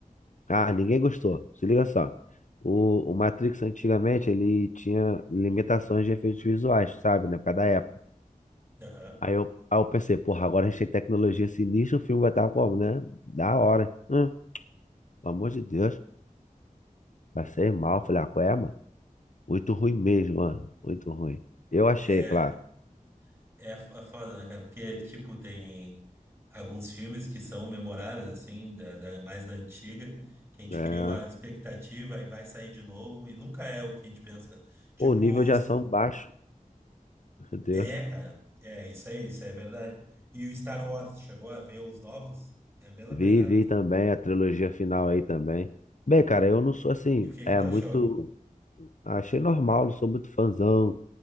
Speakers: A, on the left; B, on the right.
A: Ah, ninguém gostou. Se liga só. O, o Matrix antigamente ele tinha limitações de efeitos visuais, sabe, né? Por causa da época.
B: Aham.
A: Aí eu, aí eu pensei, porra, agora a gente tem tecnologia sinistra, o filme vai estar como, né? Da hora. Hum, pelo amor de Deus. Passei mal. Falei, ah, qual é, mano? Muito ruim mesmo, mano. Muito ruim. Eu achei,
B: É.
A: claro.
B: É, é foda, né, cara? Porque, tipo, tem alguns filmes que são memoráveis, assim, da, da- mais da antiga, que a gente
A: É.
B: cria uma expectativa e vai sair de novo, e nunca é o que a gente pensa. Tipo,
A: O nível de ação baixo, <laughs> meu Deus.
B: é, cara, é isso aí, isso aí é verdade. E o Star Wars chegou a ver os novos? É a mesma
A: Vi,
B: pegada.
A: vi também a trilogia final aí também. Bem, cara, eu não sou assim,
B: E o que
A: é
B: que tu
A: muito.
B: achou?
A: Achei normal, não sou muito fãzão.